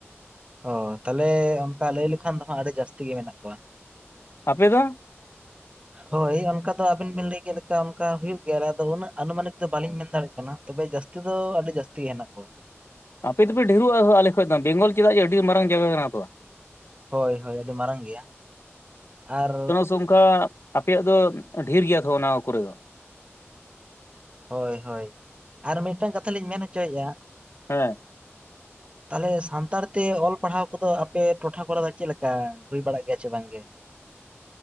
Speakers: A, on the right; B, on the left.
A: ᱚ ᱛᱟᱦᱚᱞᱮ ᱚᱱᱠᱟ ᱞᱟᱹᱭ ᱞᱮᱠᱷᱟᱱ ᱫᱚ ᱦᱟᱸᱜ ᱟᱹᱰᱤ ᱡᱟᱹᱥᱛᱤ ᱜᱮ ᱢᱮᱱᱟᱜ ᱠᱚᱣᱟ᱾
B: ᱟᱯᱮ ᱫᱚ?
A: ᱦᱳᱭ ᱚᱱᱠᱟ ᱫᱚ ᱟᱵᱤᱱ ᱵᱤᱱ ᱞᱟᱹᱭ ᱠᱮᱫ ᱞᱮᱠᱟ ᱚᱱᱠᱟ ᱦᱩᱭᱩᱜ ᱜᱮᱭᱟ, ᱟᱨ ᱟᱫᱚ ᱩᱱᱟᱹᱜ ᱟᱱᱩᱢᱟᱱᱤᱠ ᱫᱚ ᱵᱟᱹᱞᱤᱧ ᱢᱮᱱ ᱫᱟᱲᱮᱭᱟᱜ ᱠᱟᱱᱟ᱾ ᱛᱚᱵᱮ ᱡᱟᱹᱥᱛᱤ ᱫᱚ ᱟᱹᱰᱤ ᱡᱟᱹᱟᱥᱛᱤ ᱜᱮ ᱦᱮᱱᱟᱜ ᱠᱚᱣᱟ᱾
B: ᱟᱯᱮ ᱫᱚᱯᱮ ᱰᱷᱮᱨᱚᱜᱼᱟ ᱟᱞᱮ ᱠᱷᱚᱱ ᱫᱚ ᱵᱮᱝᱜᱚᱞ ᱪᱮᱫᱟᱜ ᱡᱮ ᱟᱹᱰᱤ ᱢᱟᱨᱟᱝ ᱡᱟᱭᱜᱟ ᱠᱟᱱᱟ᱾ ᱛᱚ
A: ᱦᱳᱭ ᱦᱳᱭ ᱟᱹᱰᱤ ᱢᱟᱨᱟᱝ ᱜᱮᱭᱟ ᱟᱨ
B: ᱚᱱᱠᱟ ᱟᱯᱮᱭᱟᱜ ᱫᱚ ᱰᱷᱮᱨ ᱜᱮᱭᱟ ᱛᱚ ᱚᱱᱟ ᱠᱚᱨᱮ ᱫᱚ
A: ᱦᱳᱭ ᱦᱳᱭ ᱟᱨ ᱢᱤᱫᱴᱟᱝ ᱠᱟᱛᱷᱟ ᱞᱤᱧ ᱢᱮᱱ ᱦᱚᱪᱚᱭᱮᱫᱼᱟ᱾
B: ᱦᱮᱸ
A: ᱛᱟᱦᱚᱞᱮ ᱥᱟᱱᱛᱟᱲ ᱛᱮ ᱚᱞ ᱯᱟᱲᱦᱟᱣ ᱠᱚᱫᱚ ᱟᱯᱮ ᱴᱚᱴᱷᱟ ᱠᱚᱨᱮ ᱫᱚ ᱪᱮᱫ ᱞᱮᱠᱟ, ᱦᱩᱭ ᱵᱟᱲᱟᱜ ᱜᱮᱭᱟ ᱥᱮ ᱵᱟᱝ ᱜᱮ?